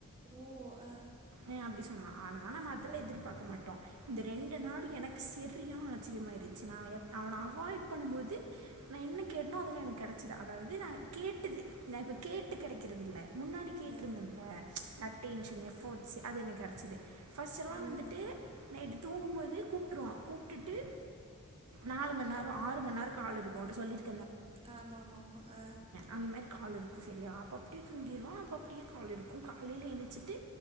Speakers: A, on the right; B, on the right.
A: ஓ அ
B: ன் அப்டி சொன்னா ஆனா நா அதுல்லா எதிர் பாக்க மாட்டோ இந்த ரெண்டு
A: ம்
B: நாளும் எனக்கு தெரியான ஆச்சிரியமாயிருச்சு நா எ அவன அவாய்ட் பண்ணும்போது நா என்ன கேட்ணோ அதெல்லா எனக் கெடச்சிது அதாது நா கேட்டுது நா இப்ப கேட்டு கெடைக்குறதில்ல முன்னாடி கேட்ருந்தன்ல்ல
A: அ
B: அட்டென்ஷன் எஃப்போர்ட்ஸ் அது எனக் கெடச்சது ஃபஸ்செல்லா
A: என்னது
B: வந்துட்டு நைட்டு தூங்கும்போது கூப்ட்ருவோ கூப்ட்டுட்டு நாலு மண் நேரோ ஆறு மண் நேரோ கால் இருக்கு உன்ட சொல்லிருக்
A: ஆமா மா மா அ
B: அந்த மாதிரி கால் இருக்கு செரியா அப்ப அப்டியே தூங்கிருவோ அப்ப அப்டியே கால் இருக்கும் காலையில எணிச்சிட்டு